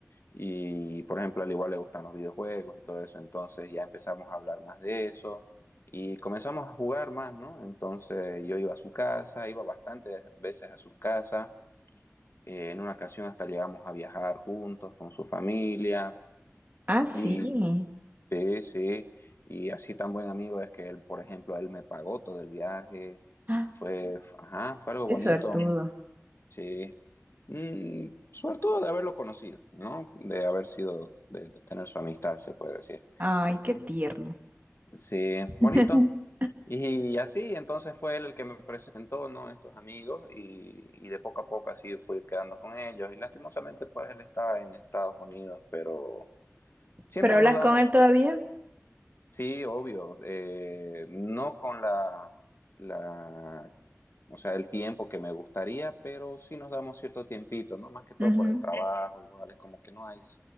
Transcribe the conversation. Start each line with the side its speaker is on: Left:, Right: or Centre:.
Left: Y por ejemplo, al igual le gustan los videojuegos y todo eso, entonces ya empezamos a hablar más de eso y comenzamos a jugar más, ¿no? Entonces yo iba a su casa, iba bastantes veces a sus casas, eh, en una ocasión hasta llegamos a viajar juntos con su familia
Right: Ah, sí.
Left: y
Right: <gasps>
Left: Sí, sí, y así tan buen amigo es que él, por ejemplo, él me pagó todo el viaje,
Right: Ah,
Left: fue, f- ajá, fue algo
Right: Qué
Left: bonito,
Right: suertudo.
Left: sí, Mm, sobre todo de haberlo conocido, ¿no? De haber sido, de, de tener su amistad, se puede decir.
Right: Ay, qué tierno.
Left: Sí, bonito.
Right: <laughs>
Left: Y, así, entonces fue él el que me presentó, ¿no? Estos amigos y, y de poco a poco así fui quedando con ellos y lastimosamente pues él está en Estados Unidos, pero siempre
Right: ¿Pero hablas
Left: nos damos
Right: con él todavía?
Left: Sí, obvio. eh, no con la, la, o sea, el tiempo que me gustaría, pero sí nos damos cierto tiempito, ¿no? Más que todo
Right: Ujú.
Left: por el trabajo, igual es como que no hay,